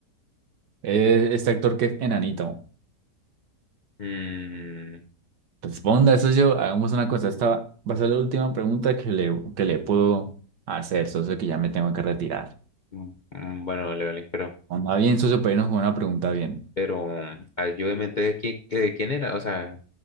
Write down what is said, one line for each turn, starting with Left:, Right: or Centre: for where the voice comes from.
Right: Eh, Este actor que es enanito.
Left: Mm,
Right: Responda eso yo. Hagamos una cosa. Esta va a ser la última pregunta que le, que le puedo hacer, socio, que ya me tengo que retirar.
Left: mm, mm, bueno, Levelin, pero,
Right: Onda bien, socio, pero irnos con una pregunta bien.
Left: pero ayúdeme entonces, ¿quién, qué- quién era? O sea,